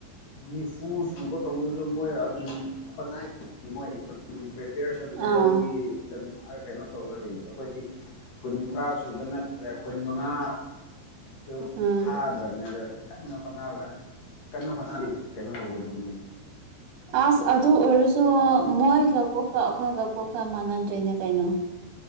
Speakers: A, on the left; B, on the right.
A: ꯅꯤꯐꯨ ꯁꯨꯕ ꯀꯥꯡꯁꯨ ꯃꯣꯏ ꯑꯗꯨꯝ ꯍꯣꯠꯅꯏ ꯃꯣꯏ ꯄ꯭ꯔꯤꯄꯦꯔꯦꯁꯟ ꯑꯦꯖꯝꯒꯤꯝ
B: ꯑꯥ
A: ꯀꯩꯅꯣ ꯇꯧꯔꯗꯤ ꯑꯩꯈꯣꯏꯗꯤ ꯀꯨꯟꯊ꯭ꯔꯥ ꯁꯨꯕ ꯅꯠꯇ꯭ꯔꯦ ꯀꯨꯟ ꯃꯉꯥ ꯁꯨ
B: ꯑꯥ
A: ꯐꯥꯗ꯭ꯔꯕꯅꯦ ꯑꯗ ꯀꯟꯅ ꯍꯣꯠꯅꯕ ꯀꯟꯅ ꯍꯣꯠꯅꯕ ꯀꯩꯅꯣ ꯇꯧꯕꯅꯤ
B: ꯑꯁ ꯑꯗꯨ ꯑꯣꯏꯔꯁꯨ ꯃꯣꯏꯒ ꯀꯣꯛꯀ ꯑꯩꯈꯣꯏꯒ ꯀꯣꯛꯀ ꯃꯥꯟꯅꯗ꯭ꯔꯦꯅꯦ ꯀꯩꯅꯣ